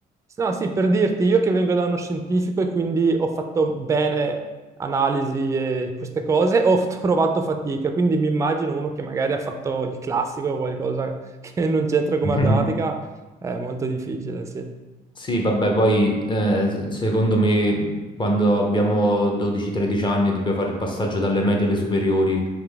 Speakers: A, on the right; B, on the left.
A: No, sì, per dirti, io che vengo da uno scientifico e quindi ho fatto bene analisi e queste cose, ho <laughs> trovato fatica, quindi mi immagino uno che magari ha fatto il classico o qualcosa <laughs> che non c'entra con
B: <laughs>
A: matematica, è molto difficile, sì.
B: Sì, vabbè, poi eh, se- secondo me quando abbiamo 12-13 anni e dobbiamo fare il passaggio dalle medie alle superiori,